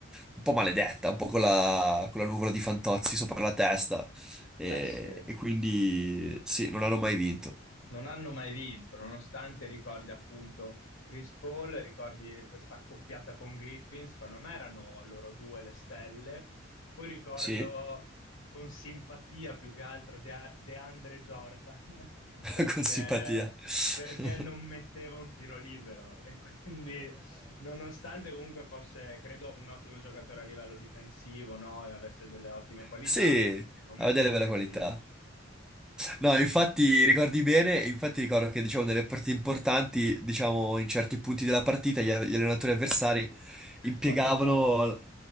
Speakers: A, in the centre; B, on the left.
A: un po' maledetta, un po' con la, con la nuvola di Fantozzi sopra la testa. E,
B: Eh sì,
A: e quindi, sì, non hanno mai vinto.
B: non hanno mai vinto, nonostante ricordi appunto Chris Paul, ricordi questa accoppiata con Griffin, secondo me erano loro due le stelle. Poi ricordo
A: Sì,
B: con simpatia più che altro De- DeAndre Jordan <laughs>
A: <laughs>
B: perché,
A: con simpatia. <laughs>
B: perché non metteva un tiro libero e quindi nonostante comunque fosse, credo, un ottimo giocatore a livello difensivo, no? E avesse delle ottime qualità,
A: Sì,
B: non
A: aveva
B: metteva
A: delle
B: un
A: belle
B: tiro
A: qualità.
B: libero. <laughs>
A: No, infatti ricordi bene, infatti ricordo che diciamo nelle partite importanti, diciamo in certi punti della partita, gli, gli allenatori avversari impiegavano
B: Fate fallo.